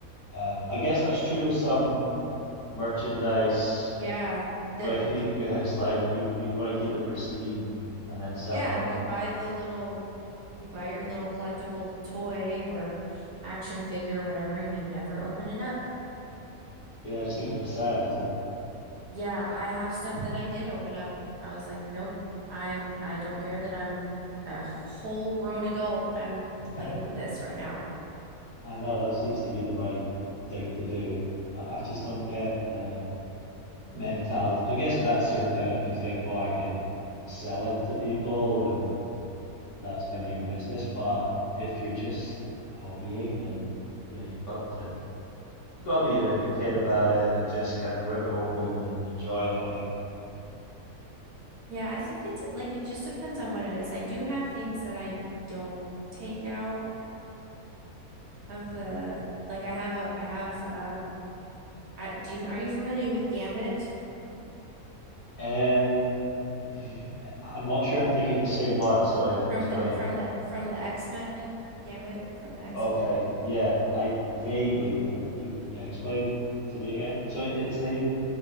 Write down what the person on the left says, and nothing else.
um, I guess that's true with some merchandise
with
you <laughs> guys. Like you you want to keep it pristine and then sell
it on.
Yeah, it just seems a bit sad, doesn't
it? <laughs>
I know that seems to be the right thing to do. I just don't get the mentality. I guess if that's your kind of, if you think, oh, I can sell it to people and that's kind of your business. But if you're just hobbying, then yeah, you've got to you've got to be a bit of a kid about it and just kind of rip it open and enjoy it, I think.
Um, v- I'm not sure I'm thinking of the same one, so e-
explain.
Okay. Yeah, I vaguely, but you yeah, explain to me again. So i- is he